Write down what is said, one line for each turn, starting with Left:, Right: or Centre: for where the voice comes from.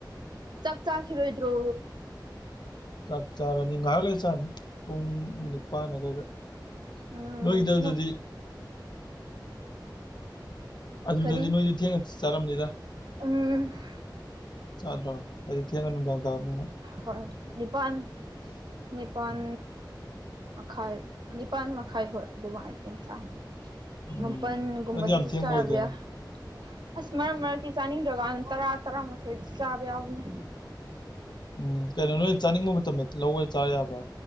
Right: ꯆꯥꯛ ꯆꯥꯛꯈꯤꯔꯣꯏꯗ꯭ꯔꯣ
Left: ꯆꯥꯛ ꯆꯥꯔꯅꯤ ꯉꯥꯏꯍꯥꯛ ꯂꯩ ꯆꯅꯤ ꯄꯨꯡ ꯅꯤꯄꯥꯟ ꯑꯗꯨꯋꯥꯏꯗ
Right: ꯎꯝ
Left: ꯅꯣꯏꯗꯗꯗꯤ ꯑꯗꯨꯗꯗꯤ
Right: ꯀꯔꯤ
Left: ꯅꯣꯏꯗꯤ ꯊꯦꯡꯅ ꯆꯠꯔꯝꯅꯤꯗ
Right: ꯎꯝ
Left: ꯆꯥꯗ꯭ꯔꯣ ꯍꯥꯏꯗꯤ ꯊꯦꯡꯒ ꯅꯨꯡꯗꯥꯡ ꯇꯕꯅꯤꯅ
Right: ꯍꯣꯏ ꯅꯤꯄꯥꯟ ꯅꯤꯄꯥꯟ ꯃꯈꯥꯏ ꯅꯤꯄꯥꯥꯟ ꯃꯈꯥꯏ ꯍꯣꯏ ꯑꯗꯨꯃꯥꯏ ꯑꯗꯨꯝ ꯆꯥꯏ ꯨꯃꯄꯟꯒꯨꯝꯗꯁꯨ
Left: ꯎꯝ ꯑꯗꯨ ꯌꯥꯝ ꯊꯦꯡꯕ
Right: ꯆꯥꯕ
Left: ꯑꯣꯏꯗꯦꯅꯦ
Right: ꯌꯥꯏ ꯑꯁ ꯃꯔꯛ ꯃꯔꯛ ꯀꯤ ꯆꯥꯅꯤꯡꯗꯀꯥꯟ ꯇꯔꯥ ꯇꯔꯥꯃꯥꯊꯣꯏ ꯆꯥꯕ ꯌꯥꯎꯕꯅꯦ
Left: ꯎꯝ ꯀꯩꯅꯣ ꯅꯣꯏ ꯆꯥꯅꯤꯡꯕ ꯃꯇꯝꯗ ꯂꯧꯕꯒ ꯆꯥ ꯌꯥꯕ꯭ꯔꯥ